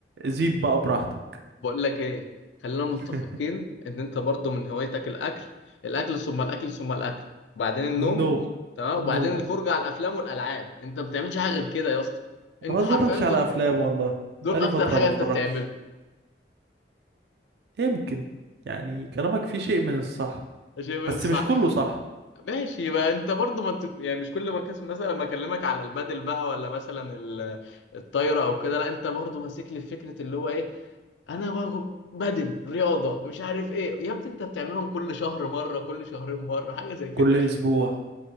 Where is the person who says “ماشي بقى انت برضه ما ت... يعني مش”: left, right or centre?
Left